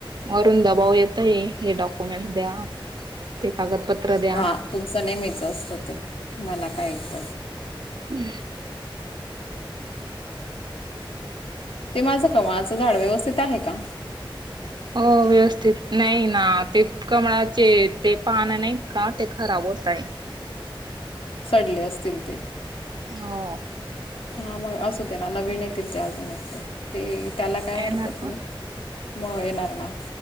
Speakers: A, on the right; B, on the left.
A: वरून दबाव येतय, हे डॉक्युमेंट द्या. ते कागदपत्र द्या
B: हा तुमचं नेहमीच असतं ते तुम्हाला काय तर
A: हम्
B: ते माझं कवळाचं झाड व्यवस्थित आहे का
A: हो व्यवस्थित नाही ना ते कमळाचे ते पान नाहीत का ते खराब होतय
B: सडले असतील ते
A: हो
B: हा म असू ते ना नवीन येतील ते अजून एक तरर ते त्याला काय
A: येणार
B: हरकत
A: का
B: नाही म येणार ना